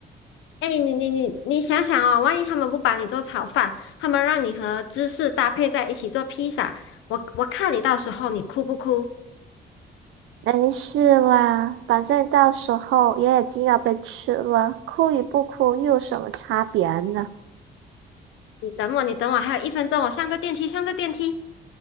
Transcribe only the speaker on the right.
没事啦，反正到时候也已经要被吃了，哭与不哭又有什么差别呢？